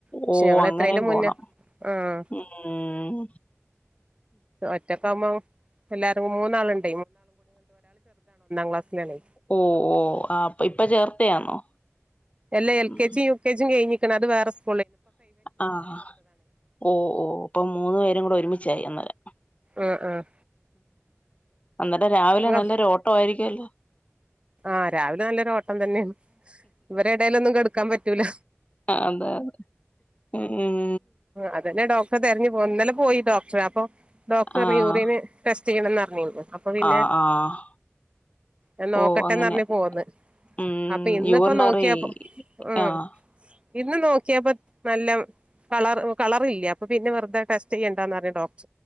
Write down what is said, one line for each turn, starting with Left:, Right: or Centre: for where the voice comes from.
Right: പക്ഷെ
Left: ഓ
Right: ഞങ്ങൾ
Left: അങ്ങനെം
Right: എത്രേന്റെ മുന്നേ
Left: പോണം
Right: ആഹ്
Left: ഉം
Right: ഒറ്റക്കാവ്മം എല്ലാരും മൂന്നാള് ഉ ക്ലാസ്സിലാണേ
Left: ഓ ഓ ആപ് ഇപ്പ ചേർത്തയാന്നോ
Right: എല്ലാ എൽ
Left: ഉം
Right: കെ ജി യു കെ ജിയും കയ്ഞ്ഞ് ക്ക്ണ് അത് വേറെ സ്
Left: ആഹ് ഓ ഓ ഇപ്പം മൂന്ന് പേരും കൂടെ ഒരുമിച്ചായി അന്നരം
Right: ആഹ് ആഹ്
Left: അന്നിട്ട് രാവിലെ
Right: ഇങ്ങ
Left: നല്ലൊരു ഓട്ടം ആയിരിക്കുവല്ലോ
Right: ആഹ് രാവിലെ നല്ലൊരു ഓട്ടം തന്നേണ് ഇവരെടേൽ ഒന്നും കെടുക്കാൻ പറ്റ് റ്റൂല
Left: അതെ ഉം
Right: അതന്നെ ഡോക്ടറെ തെരഞ്ഞ് <unintelligible> പോയിതോ? ട്ര് അപ്പൊ ഡോക്ടറിഞ്ഞ്
Left: ആഹ്
Right: യൂറീന് ടെസ് ചെയ്യണം ന്ന <unintelligible> അപ്പ പിന്നെ
Left: ആഹ് ആഹ്
Right: ഞാൻ നോക്ക
Left: ഓ
Right: ട്ടെ
Left: അങ്ങനെ
Right: ന്ന് പറഞ്ഞ് പോന്ന്
Left: ഉം
Right: അപ്പൊ ഇന്ന്പ്പോ
Left: യൂറിനറി
Right: നോക്കിയപ്പോ ഉം
Left: ആഹ്
Right: ഇന്ന് നോക്കിയപ്പം നല്ലം കളർ കളർ ഇല്ല്യ അപ്പൊ പിന്നെ വെറുതെ ടെസ്റ്റ് ചെയ്യേണ്ടാന്നാറഞ്ഞു ഡോ